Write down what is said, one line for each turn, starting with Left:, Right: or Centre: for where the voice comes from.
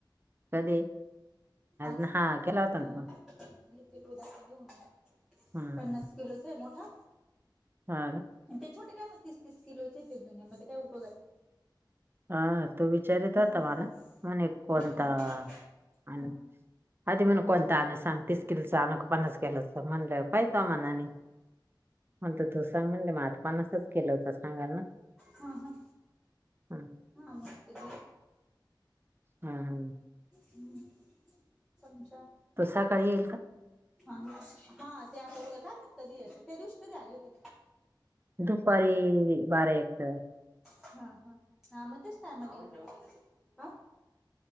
Right: कधी
Centre: आज
Right: ना
Centre: हा
Right: केला होता ना फोन
Centre: येते गो दाक घेऊन
Right: हम्म
Centre: पन्नास किलोच आहे मोठा
Right: हा
Centre: म ते छोटे काय म तीस तीस किलोचे होते जुने मते काय उपयोगाचे
Right: हा तो विचारीत
Centre: हा
Right: होतं मला म्हणे कोणता
Centre: हा हा हा हा
Right: अन आदी म्हणे कोणता आणू सांग ते स्किन चा आणू का फोनच केला असतात म्हणलं पाय तुया मनानी म्हणत तू सांग म्हणले मंग आता पन्नासच किलोचा सांगन ना
Centre: हा हा
Right: हं,
Centre: हा मग ते <unintelligible>
Right: हं, हं.
Centre: हं चमचा
Right: तो सकाळी येईल का?
Centre: हां हा ते आता उद्या काय माहित कधी येत्या त्या दिवशी कधी आले होते.
Right: दुपारी बारा एकच्या
Centre: हा हा म त्यांच टाईमला येईल आ